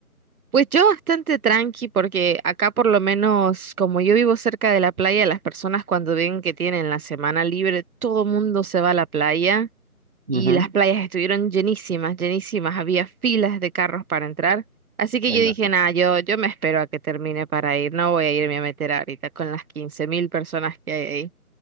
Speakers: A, on the right; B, on the right.
A: Pues yo bastante tranqui, porque acá por lo menos, como yo vivo cerca de la playa, las personas cuando ven que tienen la semana libre, todo mundo se va a la playa.
B: Ujú.
A: y las playas estuvieron llenísimas, llenísimas, había filas de carros para entrar. Así que
B: Ya
A: yo
B: imagino.
A: dije, nada, yo, yo me espero a que termine para ir, no voy a irme a meter ahorita con las quince mil personas que hay ahí.